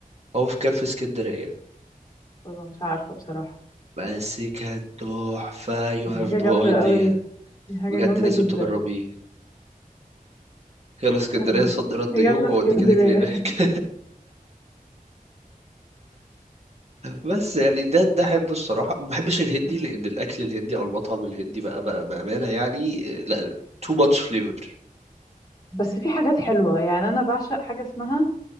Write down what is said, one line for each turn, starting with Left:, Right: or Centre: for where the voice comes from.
Right: هو في كان في اسكندرية
Left: بس مش عارفه بصراحه
Right: بس كان تحفة you
Left: دي حاجه
Right: have
Left: جامده
Right: no idea
Left: قوي دي حاجه
Right: بجد
Left: جامده
Right: لازم
Left: جدا
Right: تجربيه يلا اسكندرية
Left: <laughs>
Right: صد رد
Left: يلا
Right: يوم واوديك
Left: اسكندريه
Right: كده هناك <laughs> بس يعني ده ده احبه الصراحه ما بحبش الهندي
Left: مم.
Right: لان الاكل الهندي او المطعم الهندي بقى, بقى بامانه يعني آه، لا too much flavor
Left: بس في حاجات حلوه يعني انا بعشق حاجه اسمها